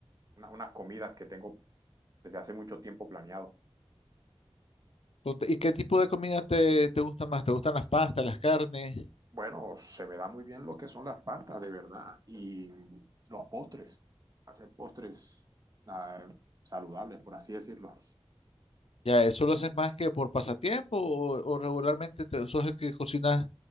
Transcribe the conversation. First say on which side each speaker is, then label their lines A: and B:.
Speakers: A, on the right; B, on the left.
A: una- unas comidas que tengo desde hace mucho tiempo planeado.
B: Cont- ¿Y qué tipo de comida te, te gusta más? ¿Te gustan las pastas, las carnes?
A: Bueno, se me da muy bien lo que son las pastas, de verdad, y los postres, hacer postres ah, saludables, por así decirlo.
B: ¿Ya eso lo haces más que por pasatiempo o, o regularmente te, sos el que cocinas